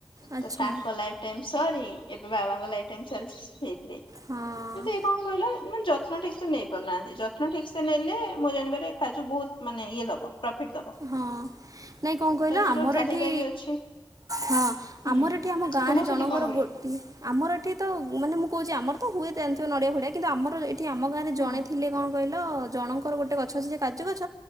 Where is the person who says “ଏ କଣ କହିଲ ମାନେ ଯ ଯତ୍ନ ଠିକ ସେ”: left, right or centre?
Left